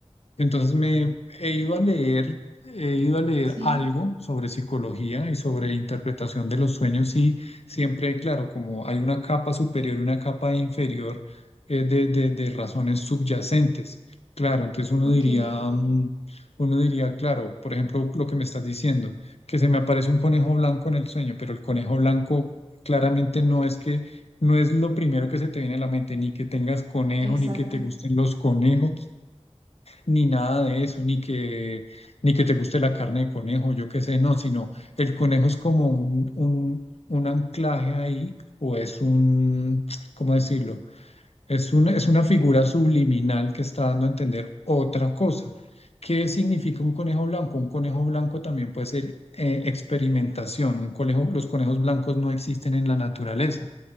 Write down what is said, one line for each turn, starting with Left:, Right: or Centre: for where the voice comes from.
Left: entonces me he ido a leer, he ido a leer
Right: sí,
Left: algo sobre psicología y sobre interpretación de los sueños y siempre hay claro, como hay una capa superior y una capa inferior eh, de, de- de razones subyacentes. Claro, entonces uno
Right: ok,
Left: diría, mm, uno diría, claro, por ejemplo, lo que me estás diciendo, que se me aparece un conejo blanco en el sueño, pero el conejo blanco claramente no es que no es lo primero que se te viene a la mente, ni que tengas conejo,
Right: exacto,
Left: ni que te gusten los conejos ni nada de eso, ni que, ni que te guste la carne de conejo, yo qué sé, no, sino el conejo es como un, un, un anclaje ahí, o es un, ¿cómo decirlo? Es un, es una figura subliminal que está dando a entender otra cosa. ¿Qué significa un conejo blanco? Un conejo blanco también puede ser eh, experimentación. Un conejo, los conejos blancos no existen en la naturaleza